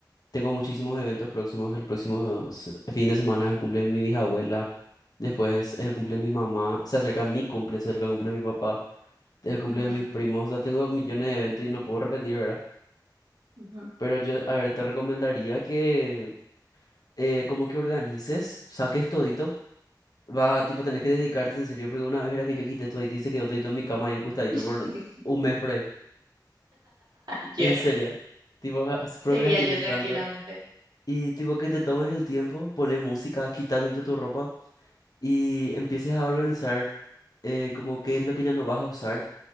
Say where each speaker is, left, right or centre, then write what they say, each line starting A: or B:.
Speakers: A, on the left; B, on the right.
A: Tengo muchísimos eventos próximos. El próximo s- fin de semana es el cumple de mi bisabuela. Después es el cumple de mi mamá. Se acerca mi cumple, se acerca el cumple de mi papá. El cumple
B: Ujú,
A: de
B: ujú,
A: mis primos. O sea, tengo millones de eventos y no puedo repetir, ¿verdad?
B: ujú.
A: Pero yo, a ver, te recomendaría que eh, como que organices, saques todito. Va, tipo, tenés que dedicarte en serio, porque una vez era que yo quité todito y se quedó todito en mi cama y un costadito
B: <laughs>
A: por un mes por ahí.
B: Ya.
A: En serio. Tipo, ja-
B: Sería
A: procrastiné
B: yo tranquilamente.
A: tanto. Y tipo que te tomes el tiempo, pones música, quita todito tu ropa y empieces a organizar eh, como qué es lo que ya no vas a usar.